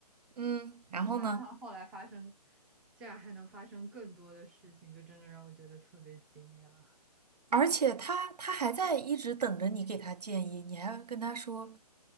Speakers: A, on the right; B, in the centre.
A: 嗯，
B: 没想到他后来发生，
A: 然后呢？
B: 竟然还能发生更多的事情，就真的让我觉得特别惊讶。
A: 而且他他还在一直等着你给他建议，你还跟他说。